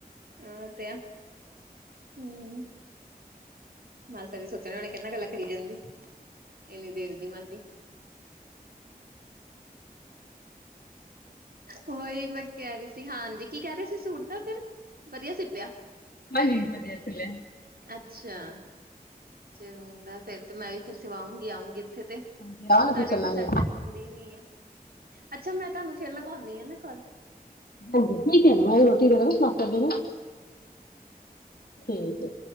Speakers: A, on the right (about 70°); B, on the left (about 70°).
A: ਅ ਤੇ ਆ ਹਮ ਮਾਸੜ ਨੇ ਸੋਚਣ ਹੁਣੇ ਕਿ ਕੀਨਾ ਗੱਲਾਂ ਕਰੀ ਜਾਂਦੀ ਇੰਨੀ ਦੇਰ ਦੀ ਮਾਸੀ <inaudible> ਉਹੀ ਮੈਂ ਕਹਿ ਰਹੀ ਸੀ ਹਾਂਜੀ ਕੀ ਕਹਿ ਰਹੀ ਸੀ ਸੂਟ ਦਾ ਫਿਰ ਵਧੀਆ ਸੀਪਿਆ
B: ਹਜੀ-ਹਜੀ ਵਦਿਅ ਸਿਲਿਆ
A: ਅੱਛਾ ਚੰਗਾ ਫੇਰ ਤੇ ਮੈਂ ਵੀ ਫਿਰ ਸਿਵਾਉਂਗੀ ਆਊਂਗੀ ਥੇ ਤੇ
B: ਹਾਂਜੀ ਆਓ ਨਾ
A: ਸਾਡੇ
B: ਫਿਰ ਚੱਲਾਂਗੇ
A: ਉੱਥੇ ਚੰਗਾ ਹੈ ਸਿੰਦੀ ਨੀ ਆ ਅੱਛਾ ਮੈਂ ਤੁਹਾਨੂੰ ਫੇਰ ਲਗਾਉਂਦੀ ਹਾਂ <inaudible>
B: ਹਾਂਜੀ ਠੀਕ ਹੈ ਰੋਟੀ ਵਗੈਰਾ ਕਰਦੇ ਠੀਕ ਜ